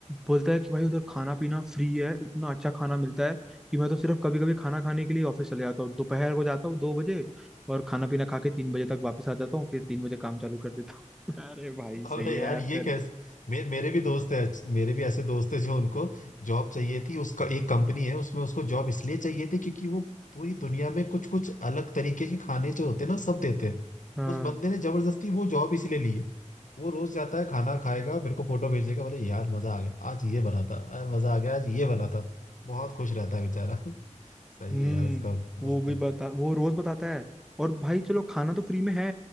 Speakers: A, in the centre; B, on the left.
A: बोलता है कि भाई उधर खाना पीना फ्री है इतना अच्छा खाना मिलता है कि मैं तो सिर्फ कभी कभी खाना खाने के लिए ऑफिस चले जाता हूँ दोपहर को जाता हूँ दो बजे और खाना पीना खा के तीन बजे तक वापस आ जाता हूँ फिर तीन बजे काम चालू कर देता हूँ <laughs> अरे भाई सही
B: अबे
A: है
B: यार
A: यार
B: ये
A: तेरा
B: कैसे मे, मेरे भी दोस्त है मेरे भी ऐसे दोस्त है जो उनको जॉब चाहिए थी उसका एक कंपनी है उसमें उसको जॉब इसलिए चाहिए थी क्योंकि वो पूरी दुनिया में कुछ कुछ अलग तरीके के खाने जो होते हैं ना सब देते हैं
A: हाँ
B: उस बंदे ने जबरदस्ती वो जॉब इसलिए ली है वो रोज जाता है खाना खाएगा मेरे को फोटो भेजेगा बोले यार मजा आ गया आज ये बना था यार मजा आ गया आज ये बना था बहुत खुश रहता है बेचारा <laughs> सही
A: हम्म
B: है यार उसका मस्त
A: वो भी
B: है
A: बता वो रोज बताता है और भाई चलो खाना तो फ्री में है